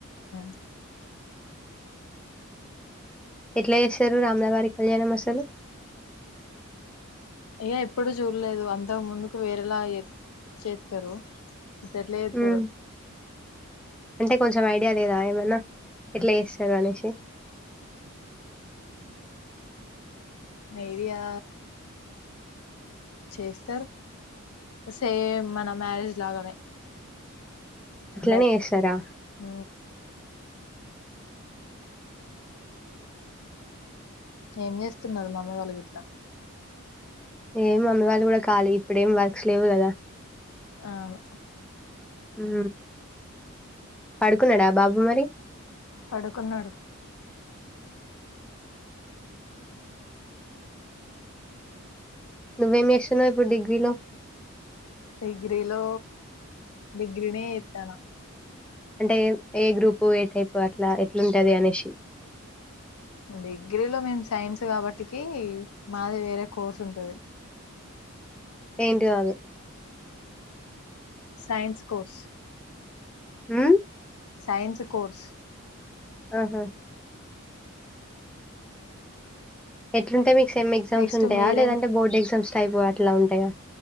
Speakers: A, on the left; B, in the centre.
A: హు
B: ఎట్లా చేస్తారు రామలవారి కళ్యాణం అసలు
A: ఇగ ఎప్పుడు చూడలేదు అంతకు ముందుకు వేరేలా చే చేస్తారు ఇప్పుడు ఎట్ల చేస్తారో
B: ఉమ్ అంటే కొంచెం ఐడియా లేదా ఏమన్నా ఎట్లా చేస్తారు అనేసి
A: ఐడియా చేస్తారు సేమ్ మన మ్యారేజ్ లాగానే <unintelligible>
B: అట్లనే చేస్తారా
A: హు ఏం చేస్తున్నారు మమ్మీ వాళ్లు గిట్ల
B: ఏం మమ్మీ వాళ్ళు కూడా కాలి ఇప్పుడేం వర్క్స్ వర లేవు కదా
A: అవును
B: హు పడుకున్నాడా బాబు మరి
A: పడుకున్నాడు.
B: నువ్వేం ఏస్తున్నావు ఇప్పుడు డిగ్రీలో.?
A: డిగ్రీలో, డిగ్రీనే ఏత్తన.
B: అంటే ఏ గ్రూపు, ఏ టైప్, అట్లా ఎట్లుంటది అనేషి.
A: డిగ్రీలో మేమ్ సైన్స్ గాబట్టికి, మాది వేరే కోర్స్ ఉంటది.
B: ఏంటిదది.?
A: Science course.
B: ఊమ్మ్మ్.
A: Science course.
B: ఆహా. ! ఎట్లుంటే మీకు సెమ్ ఎగ్జామ్స్
A: నెక్స్ట్
B: ఉంటాయా.,?
A: మీరేం
B: లేదంటే బోర్డ్ ఎగ్జామ్స్ టైపుగా అట్లా ఉంటాయా.?